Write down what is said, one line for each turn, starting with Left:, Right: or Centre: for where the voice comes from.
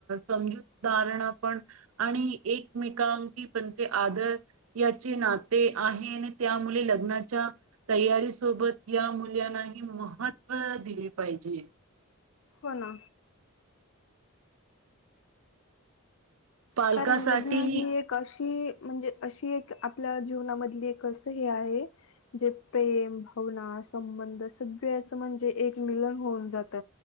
Right: समजूत धारणा पण आणि एकमेकांकी पण ते आदर याचे नाते आहे आणि त्या मुले लग्नाच्या तयारी सोबत या मुलांनाही मह अ दिली पाहिजे.
Left: हो ना.
Right: पालकासाठीही
Left: कारण लग्न हे एक म्हणजे अशी एक आपल्या जीवनामधली एक असं हे आहे जे प्रेम भावना संबंध सगळ्याच म्हणजे एक मिलन होऊन जात